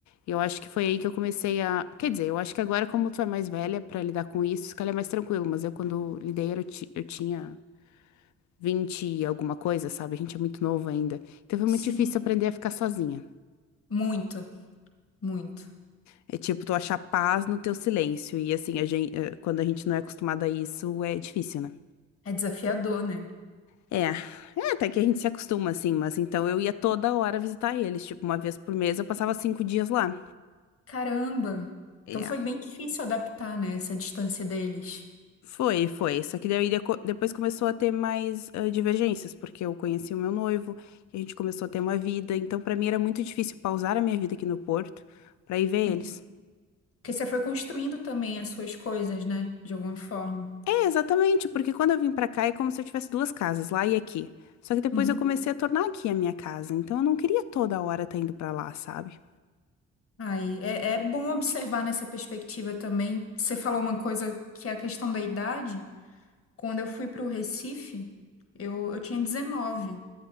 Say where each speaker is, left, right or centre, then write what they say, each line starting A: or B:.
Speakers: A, on the left (about 70°); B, on the left (about 50°).
A: E Eu acho que foi aí que eu comecei a. Quer dizer, eu acho que agora, como tu é mais velha pra lidar com isso, se calhar é mais tranquilo. Mas eu, quando lidei, eu, ti- eu tinha 20 e alguma coisa, sabe? A gente é muito novo ainda. Então foi
B: Sim,
A: muito difícil aprender a ficar sozinha.
B: muito, muito.
A: É tipo tu achar paz no teu silêncio. E assim, a gente, quando a gente não é acostumado a isso, é difícil, né?
B: É desafiador, né?
A: É, é, até que a gente se acostuma assim, mas então eu ia toda hora visitar eles, tipo, uma vez por mês eu passava cinco dias lá.
B: Caramba!
A: É,
B: Então foi bem difícil adaptar, né, essa distância deles.
A: foi, foi. Só que daí deco- depois começou a ter mais ah, divergências, porque eu conheci o meu noivo, e a gente começou a ter uma vida, então pra mim era muito difícil pausar a minha vida aqui no Porto pra ir ver
B: Hum.
A: eles.
B: Porque você foi construindo também as suas coisas, né? De alguma forma.
A: É, exatamente, porque quando eu vim pra cá é como se eu tivesse duas casas, lá e aqui. Só que depois
B: Uhum.
A: eu comecei a tornar aqui a minha casa, então eu não queria toda hora estar indo pra lá, sabe?
B: Aí, é, é bom observar nessa perspectiva também. Você falou uma coisa que é a questão da idade. Quando eu fui para o Recife, eu, eu tinha dezenove